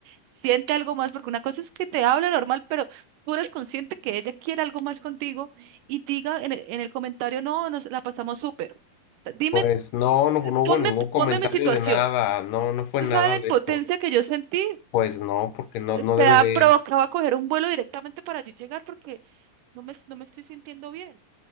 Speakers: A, on the right; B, on the left.
A: siente algo más, porque una cosa es que te habla normal, pero tú eres consciente que ella quiere algo más contigo y diga en el, en el comentario, no, nos la pasamos súper. O sea, dime,
B: Pues no, no, no hubo
A: ponme,
B: ningún comentario
A: ponme mi situación.
B: de nada, no, no fue
A: Tú
B: nada
A: sabes la impotencia
B: de eso.
A: que yo sentí,
B: Pues no, porque no,
A: eh,
B: no
A: te
B: debe
A: ha
B: de,
A: provocado a coger un vuelo directamente para allí llegar porque no me, no me estoy sintiendo bien.